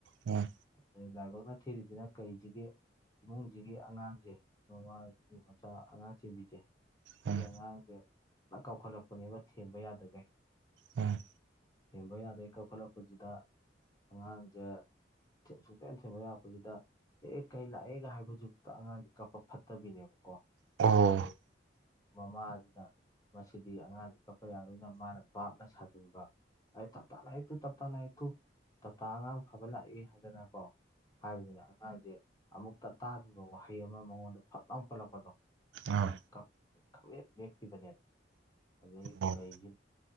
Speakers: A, on the right; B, on the left.
A: ꯎꯝ
B: ꯑꯗꯩ ꯂꯥꯏꯕꯛꯅ ꯊꯤꯔꯤꯖꯤꯅ ꯀꯩꯖꯤꯒꯤ ꯏꯃꯨꯡꯖꯤꯒꯤ ꯑꯉꯥꯡꯖꯦ ꯃꯃꯥꯖꯤꯒꯤ ꯃꯆꯥ ꯑꯉꯥꯡ ꯆꯦꯟꯕꯤꯖꯦ ꯁꯤ
A: ꯎꯝ ꯎꯝ ꯎꯝ
B: ꯑꯉꯥꯡꯖꯦ ꯀꯥꯟꯅ ꯀꯞꯈꯠꯂꯛꯄꯅꯦꯕ ꯊꯦꯝꯕ ꯌꯥꯗꯈꯩ
A: ꯎꯝ
B: ꯊꯦꯝꯕ ꯌꯥꯗꯈꯩ ꯀꯞꯈꯠꯂꯛꯄꯁꯤꯗ ꯑꯉꯥꯡꯖꯦ ꯁꯨꯛꯊꯦꯝ ꯊꯦꯝꯕ ꯂꯥꯛꯄꯁꯤꯗ ꯑꯦ ꯀꯩ ꯂꯥꯛꯑꯦꯒ ꯍꯥꯏꯕꯖꯤꯕꯨꯛꯇ ꯑꯉꯥꯡꯖꯤ ꯀꯥꯞꯄ ꯐꯠꯇꯕꯤꯅꯦꯕꯀꯣ
A: ꯑꯣ
B: ꯑꯗꯨ ꯃꯃꯥꯖꯤꯗ ꯃꯁꯤꯗꯤ ꯑꯉꯥꯡꯁꯤ ꯀꯞꯄ ꯌꯥꯔꯣꯏꯅ ꯃꯥꯅ ꯕꯥꯞꯅ ꯁꯥꯖꯤꯟꯕ ꯑꯩ ꯇꯞꯇꯥ ꯂꯥꯛꯑꯦꯇꯨ ꯇꯞꯇꯥ ꯂꯥꯛꯑꯦꯇꯨ ꯇꯞꯇꯥ ꯑꯉꯥꯡ ꯐꯥꯕ ꯂꯥꯛꯑꯦ ꯍꯥꯏꯗꯅꯀꯣ ꯍꯥꯏꯕꯗꯨꯅꯦ ꯑꯉꯥꯡꯖꯦ ꯑꯃꯨꯛꯇ ꯇꯥꯗ꯭ꯔꯤꯕ ꯋꯥꯍꯩ ꯑꯃ ꯃꯉꯣꯟꯗ ꯐꯠ ꯂꯥꯎ ꯄꯜꯂꯛꯄꯗꯣ
A: ꯑꯥ
B: ꯑꯗꯩ ꯀꯞ ꯈꯪꯂꯦꯞ ꯂꯦꯞꯈꯤꯕꯅꯦꯕ ꯑꯗꯩ
A: ꯑꯣ
B: ꯀꯩꯖꯤꯅ